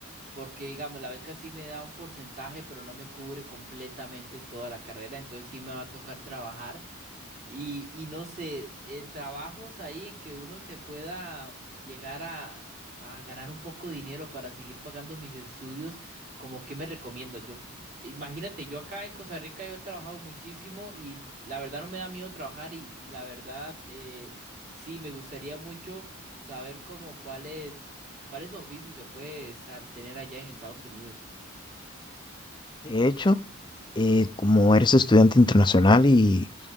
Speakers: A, on the right; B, on the left.
A: porque digamos, la beca sí me da un porcentaje, pero no me cubre completamente toda la carrera, entonces sí me va a tocar trabajar. Y, y no sé, eh, trabajos ahí en que uno se pueda llegar a, a ganar un poco de dinero para seguir pagando mis estudios, como qué me recomiendas? Yo, imagínate, yo acá en Costa Rica yo he trabajado muchísimo y la verdad no me da miedo trabajar y, y la verdad eh, sí, me gustaría mucho saber como cuáles, cuáles oficios se puede estar, tener allá en Estados Unidos.
B: De hecho, eh, como eres estudiante internacional y,